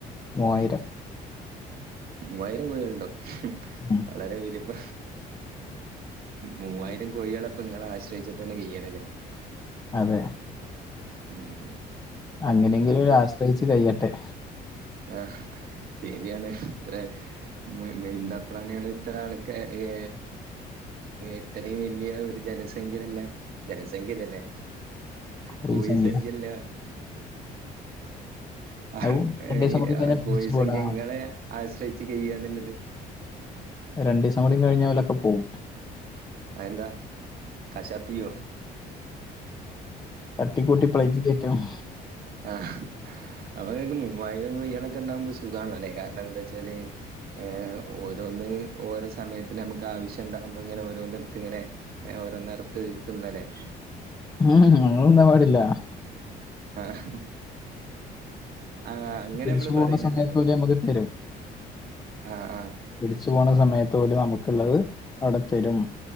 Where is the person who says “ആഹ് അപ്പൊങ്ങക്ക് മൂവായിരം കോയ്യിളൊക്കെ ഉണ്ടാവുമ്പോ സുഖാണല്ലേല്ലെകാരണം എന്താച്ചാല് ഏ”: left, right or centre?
Right